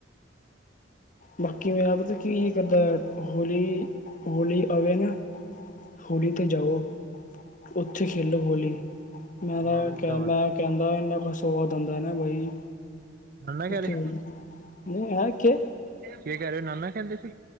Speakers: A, on the left; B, on the right.
A: ਬਾਕੀ ਮੇਰਾ ਪਤਾਂ ਕੀ ਕਰਦਾ ਹੋਲੀ, ਹੋਲੀ ਆਵੇ ਨਾ ਹੋਲੀ ਤੇ ਜਾਓ, ਓਥੇ ਖੇਲੋ ਹੋਲੀ ਮੈਂ ਤਾਂ
B: ਹਾਂ ਵਰਿੰਦਾਵਨ।
A: ਕਿਆ ਮੈ ਕਹਿੰਦਾ ਐਨਾ ਕ ਸਵਾਦ ਆਉਂਦਾ ਨਾ ਬਾਈ।
B: ਨਾਨਾ ਕਹਿ ਰਹੇ
A: ਚਲੋ ਨਹੀਂ ਹੈ ਕਿ।
B: ਕੀ ਕੈ ਰੇ ਨਾਨਾ ਕਹਿੰਦੇ ਸੀ?